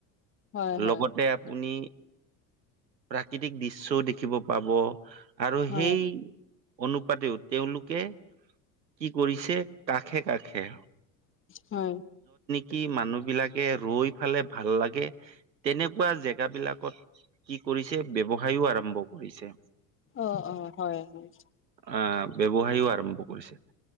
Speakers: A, on the left; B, on the right.
A: হয় হয়
B: লগতে আপুনি প্ৰাকৃতিক দৃশ্যও দেখিব পাব আৰু
A: হয়
B: সেই অনু পাতেও তেওঁলোকে কি কৰিছে কাষে কাষে
A: হয়।
B: কি মানুহ বিলাকে ৰৈ ফালে ভাল লাগে তেনেকুৱা জেগ বিলাকত কি কৰিছে ব্যৱসায়ও আৰম্ভ কৰিছে।
A: অ অ হয় হয়।
B: আহ ব্যৱসায়ও আৰম্ভ কৰিছে।